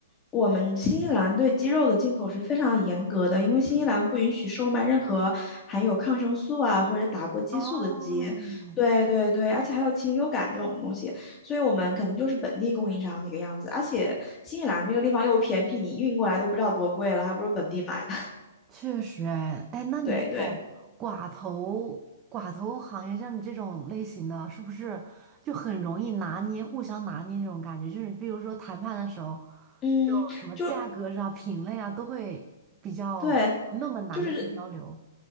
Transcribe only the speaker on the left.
我们新西兰对鸡肉的进口是非常严格的，因为新西兰不允许售卖任何含有抗生素啊或者打过激素的鸡。
对对对，而且还有禽流感这种东西，所以我们肯定就是本地供应商这个样子。而且新西兰这个地方又偏僻，你运过来都不知道多贵了，还不如本地买呢。<laughs>
对对，
嗯，
就
对，就是。